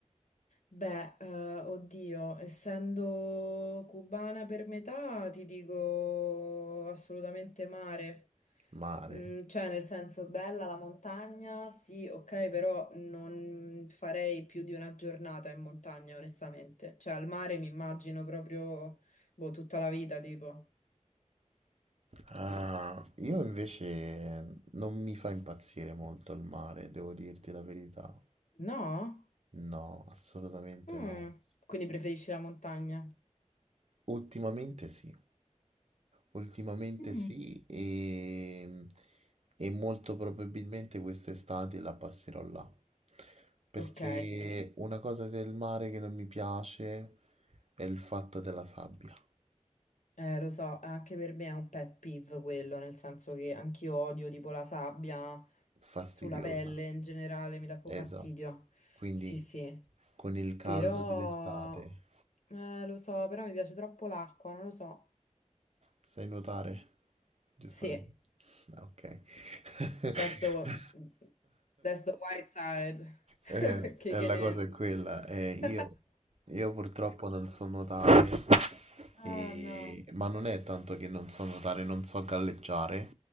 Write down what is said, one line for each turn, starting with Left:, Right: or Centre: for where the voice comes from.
Left: Beh, eh, oddio, essendo cubana per metà, ti dico assolutamente mare.
Right: Mare.
Left: Mm, cioè, nel senso, bella la montagna, sì, ok, però non farei più di una giornata in montagna, onestamente. Cioè, al mare mi immagino proprio, boh, tutta la vita, tipo.
Right: Ah, io invece non mi fa impazzire molto il mare, devo dirti la verità.
Left: No?
Right: No, assolutamente
Left: Mm.
Right: no.
Left: Quindi preferisci la montagna?
Right: Ultimamente sì, ultimamente
Left: Mm.
Right: sì e, e molto probabilmente quest'estate la passerò là. Perché
Left: Ok.
Right: una cosa del mare che non mi piace è il fatto della sabbia,
Left: Eh, lo so, anche per me è un pet peeve quello, nel senso che anch'io odio tipo la sabbia
Right: fastidiosa,
Left: sulla pelle in generale, mi dà proprio
Right: esatto.
Left: fastidio.
Right: Quindi
Left: Sì, sì,
Right: con il caldo
Left: però
Right: dell'estate.
Left: eh, lo so, però mi piace troppo l'acqua, non lo so.
Right: Sai nuotare, giustamente.
Left: Sì,
Right: Ah, Ok. <laughs>
Left: that's the, that's the white side.
Right: Eh,
Left: <laughs> Kicking
Right: eh, la
Left: in.
Right: cosa è quella,
Left: <laughs>
Right: eh, io, io purtroppo non so nuotare,
Left: Ah
Right: e-
Left: no,
Right: ma non è tanto che non so nuotare, non so galleggiare,